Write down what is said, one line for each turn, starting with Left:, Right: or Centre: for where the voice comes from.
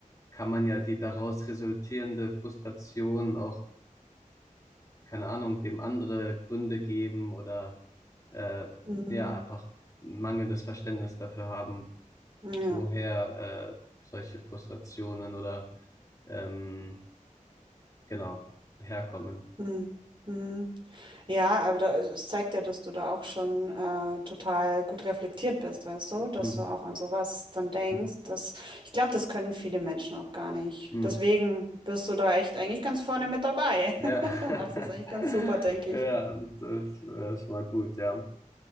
Left: kann man ja die daraus resultierende Frustration auch keine Ahnung, dem andere Gründe geben oder äh,
Right: Hm.
Left: ja, einfach mangelndes Verständnis dafür haben,
Right: Ja.
Left: woher äh, solche Frustrationen oder ähm, genau herkommen.
Right: Hm. Hm. Ja, aber da, es zeigt ja, dass du da auch schon äh, total gut reflektiert bist, weißt du, dass
Left: Hm.
Right: du auch an sowas dann denkst.
Left: <laughs>
Right: Das, ich glaube, das können viele Menschen auch gar nicht.
Left: Hm.
Right: Deswegen
Left: Hm.
Right: bist du da echt eigentlich ganz vorne mit dabei.
Left: Ja,
Right: <laughs> Machst das eigentlich ganz
Left: <laughs>
Right: super, denke
Left: ja,
Right: ich.
Left: das wäre schon mal gut, ja.